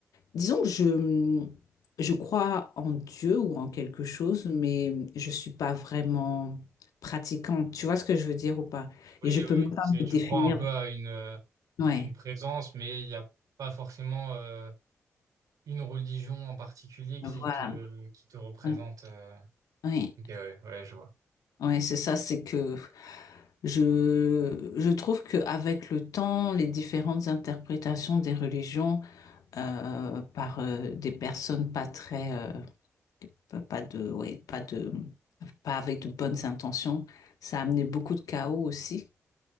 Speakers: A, on the left; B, on the right.
A: Disons que je, je crois en Dieu ou en quelque chose, mais je suis pas vraiment pratiquante. Tu vois ce que je veux dire ou pas?
B: Oui,
A: Et je peux
B: oui, oui.
A: même pas
B: C'est
A: me
B: tu
A: définir.
B: crois un peu à une euh,
A: Ouais,
B: une présence, mais il n'y a pas forcément euh, une religion en particulier
A: voilà.
B: qui te, qui te représente.
A: Ouais,
B: euh.
A: ouais,
B: Ok, ouais, ouais, je vois,
A: Ouais, c'est ça, c'est que je, je trouve qu'avec le temps, les différentes interprétations des religions euh, par euh, des personnes pas très... euh, pas de, ouais, pas de, pas avec de bonnes intentions. Ça a amené beaucoup de chaos aussi.